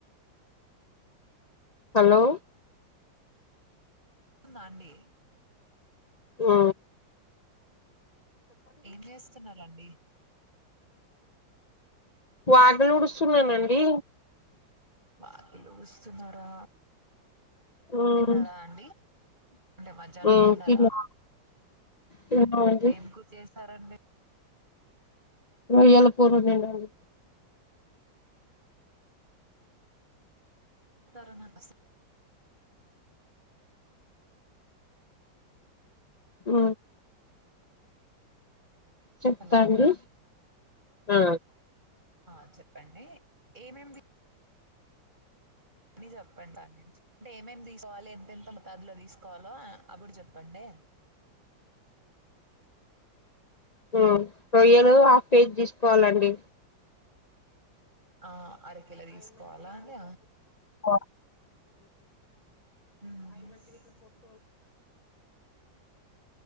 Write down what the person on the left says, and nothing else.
హలో
ఆ
వాగిలూడుస్తున్నానండి
మ్మ్
మ్మ్
తిన్నా తిన్నామండి
రొయ్యాల కూర వండను
అ చెప్తాంది
ఆ
హ కొొయ్యలు హాఫ్ పేజీ తీసుకోవాలండి
అ